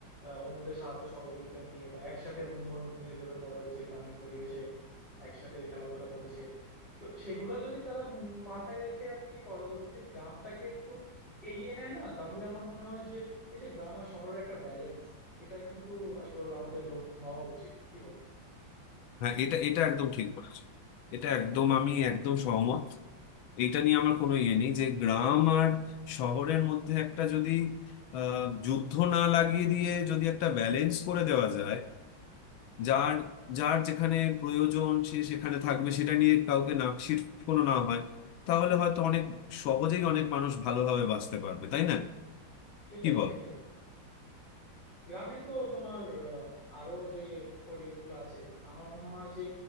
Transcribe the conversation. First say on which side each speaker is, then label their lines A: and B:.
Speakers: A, on the left; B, on the left.
A: আহ, অন্যদের সাহায্য সহযোগিতা নিয়ে বা একসাথে বন্ধু বান্ধব মিলে যেভাবে বড় হয়েছে গ্রামের পরিবেশে একসাথে খেলাধুলা করেছে তো সেগুলা যদি তারা উম মাথায় রেখে আর কি পরবর্তীতে গ্রামটাকে একটু এগিয়ে নেয় না তাহলে আমার মনে হয় যে এই যে গ্রাম আর শহরের একটা ব্যালেন্স এটাই কিন্তু আসলে আমাদের লক্ষ্য হওয়া উচিত কি বল
B: হ্যাঁ এটা এটা একদম ঠিক বলেছো এটা একদম আমি একদম সহমত এটা নিয়ে আমার কোনো ইয়ে নেই যে গ্রাম আর শহরের মধ্যে একটা যদি আহ যুদ্ধ না লাগিয়ে দিয়ে যদি একটা ব্যালেন্স করে দেওয়া যায় যার যার যেখানে প্রয়োজন সে সেখানে থাকবে সেটা নিয়ে কাউকে নাকশিট কোনো না হয় তাহলে হয়তো অনেক সহজেই অনেক মানুষ ভালোভাবে বাঁচতে পারবে তাই না
A: সেটাই
B: কি বল
A: সেটাই গ্রামে তো তোমার আহ, আরো যে পরিবেশগুলো আছে আমার মনে হয় যে